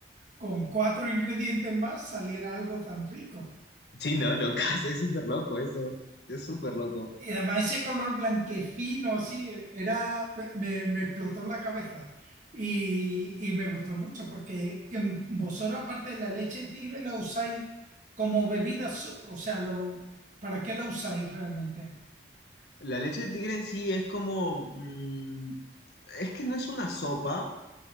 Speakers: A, on the right; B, on the left.
A: con cuatro ingredientes más saliera algo tan rico.
B: Sí, no, locas, es súper loco eso. Es súper loco.
A: Y además ese color blanquecino así, era, me, me explotó la cabeza. Y, y me gustó mucho porque que vosotros aparte de la leche de tigre la usáis como bebida, su- o sea, lo, ¿para qué la usáis realmente?
B: La leche de tigre en sí es como. mm, es que no es una sopa.